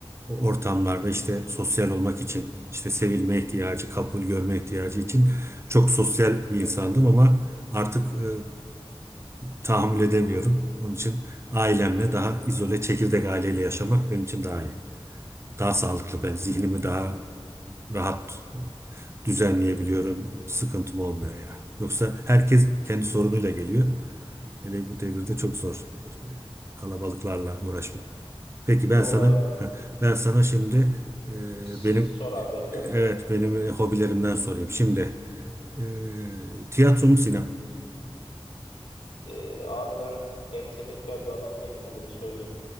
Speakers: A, on the right (about 25°); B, on the left (about 65°).
A: o ortamlarda işte sosyal olmak için işte sevilme ihtiyacı, kabul görme ihtiyacı için çok sosyal bir insandım ama artık e, tahammül edemiyorum. Onun için ailemle daha izole çekirdek aileyle yaşamak benim için daha iyi. Daha sağlıklı ben zihnimi daha rahat e, düzenleyebiliyorum. Sıkıntım olmuyor ya. Yoksa herkes kendi sorunuyla geliyor. Hele bu devirde çok zor e, kalabalıklarla uğraşmak. Peki ben
B: Doğru
A: sana
B: abi.
A: <laughs> ben sana şimdi e,
B: Sor
A: benim
B: abi bekliyorum.
A: e, evet benim e, hobilerimden sorayım. Şimdi e, tiyatro mu sinema? mı?
B: E, abi ben entelektüel bir adam değilim onu bir söyleyeyim.